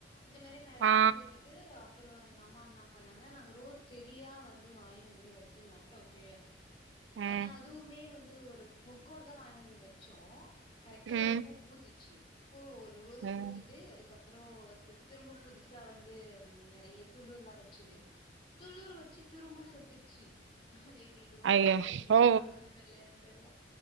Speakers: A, on the left; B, on the right.
A: இந்த மாதரி நிறைய
B: ஆ
A: டைம் வீட்டுட்டு அப்புறம் எங்க அம்மா என்ன பண்ணாங்க நாங்க ரோஸ் செடியா வந்து வாங்கி வந்து வெச்சி நட்டோ கீழ
B: ம்
A: அதா அதுவுமே வந்து ஒரு முக்கோட தா வானந்து வச்சோ கரெக்டா
B: ம்
A: ஒரு பூ ச்ச அப்போ ஒரு ரோஸ்
B: ம்
A: பூத்துட்டு அதுக்கப் அப்புறம் திரும்ப புதுசா வந்து நிறைய துளூர்லா வச்சுது துள்ளூர் வச்சு திரும்பவு செத்துடுச்சு அது எங்களுக்கு ரோஸ்
B: ஐயோ
A: செடிக்க எங்களுக்கு
B: ஓ
A: வெள்ளயா தெரல்ல